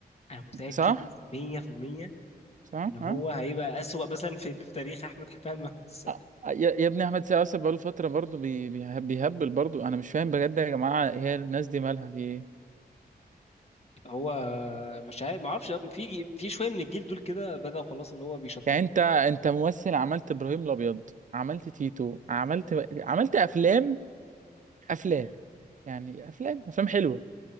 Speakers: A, on the left (about 40°); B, on the right (about 50°).
A: أنا متأكد
B: صح
A: 100%
B: صح
A: إن هو
B: اه
A: هيبقى أسوأ مثلا فيلم في تاريخ أحمد <laughs> فهمي وأحمد السقا
B: آه، آه، يا يا ابني احمد سقاس بقاله فتره برضه بي- بيه- بيهبل برضه انا مش فاهم بجد يا جماعه هي الناس دي مالها في ايه
A: هو مش عارف ما اعرفش يا ابني، في جي- في شوية من الجيل دول كده بدأوا خلاص اللي هو بيشطبوا
B: يعني انت انت ممثل عملت ابراهيم الابيض عملت تيتو عملت عملت افلام افلام يعني افلام افلام حلوه